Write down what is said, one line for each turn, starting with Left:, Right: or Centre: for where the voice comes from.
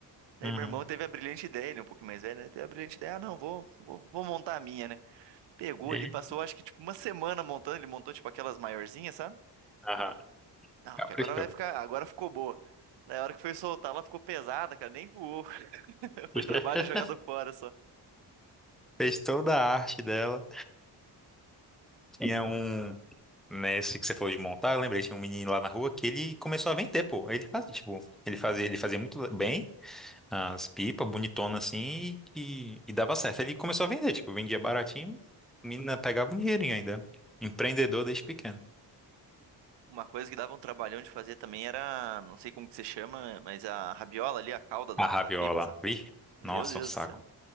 Right: Daí
Centre: Uhum.
Right: meu irmão teve a brilhante ideia, ele é um pouquinho mais velho, né? Teve a brilhante ideia, ah, não, vou, vou, vou montar a minha, né? Pegou
Centre: E
Right: ali,
Centre: aí?
Right: passou acho que tipo uma semana montando, ele montou tipo aquelas maiorzinhas, sabe?
Centre: Aham.
Right: Não,
Centre: Caprichou.
Right: que agora vai ficar. Agora ficou boa. Daí a hora que foi soltar, ela ficou pesada, cara. Nem voou. <laughs> Foi
Centre: <laughs>
Right: trabalho jogado fora só.
Centre: Fez toda a arte dela. Tinha um. Nesse que você falou de montar, eu lembrei, tinha um menino lá na rua que ele começou a vender, pô. Ele fazia, tipo, ele fazia, ele fazia muito bem as pipas, bonitona assim, e, e dava certo. Ele começou a vender, tipo, vendia baratinho, a menina pegava um dinheirinho ainda. Empreendedor desde pequeno.
Right: Uma coisa que dava um trabalhão de fazer também era, não sei como que se chama, mas a rabiola ali, a cauda da,
Centre: A rabiola,
Right: da pipa, sabe?
Centre: vi?
Right: Meu
Centre: Nossa,
Right: Deus
Centre: um saco.
Right: do céu.